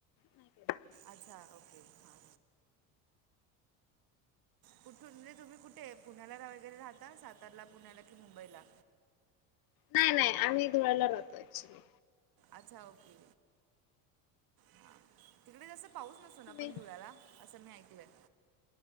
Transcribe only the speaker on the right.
अच्छा ओके हा. कुठून म्हणजे तुम्ही कुठे पुण्याला वगैरे राहता? सातारला, पुण्याला कि मुंबईला.
अच्छा ओके हां तिकडे कस पाऊस नसतो
ना पण धुळ्याला असं मी ऐकलंय?